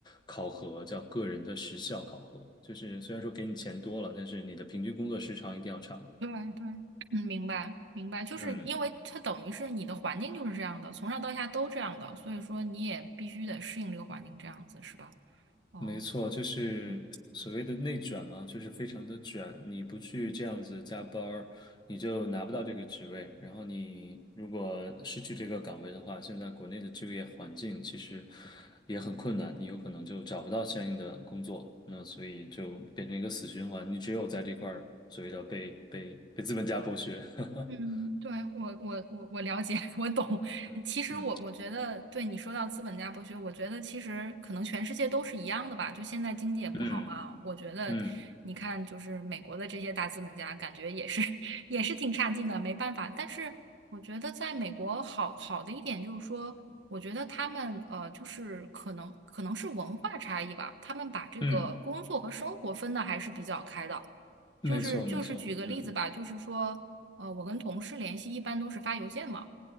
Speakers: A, on the left (about 25°); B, on the right (about 80°).
A: 考核，叫个人的时效考核，就是虽然说给你钱多了，但是你的平均工作时长一定要长。
B: 对对，嗯，明白明白，就是因为它等于是你的环境就是这样的，
A: 嗯，
B: 从上到下都这样的，所以说你也必须得适应这个环境，这样子是吧？哦。
A: 没错，就是所谓的内卷嘛，
B: 嗯。
A: 就是非常的卷。你不去这样子加班儿，你就拿不到这个职位。然后你如果失去这个岗位的话，现在国内的就业环境其实也很困难，你有可能就找不到相应的工作。那所以就变成一个死循环，你只有在这块儿所谓的被被被资本家剥削。<laughs>
B: 嗯，对，我我我我了解，<laughs> 我懂。
A: 嗯嗯
B: 其实我我觉得，对你说到资本家剥削，我觉得其实可能全世界都是一样的吧。就现在经济也不好嘛，
A: 嗯
B: 我觉得你看，
A: 嗯
B: 就是美国的这些大资本家，感觉也是 <laughs> 也是挺差劲的，没办法。但是我觉得在美国好好的一点就是说，我觉得他们呃，就是可能可能是文化差异吧，他们把这个工作和生活分的还是比较开的。
A: 嗯，没错没错，
B: 就是就是举个例子吧，
A: 嗯
B: 就是说。呃，我跟同事联系一般都是发邮件嘛，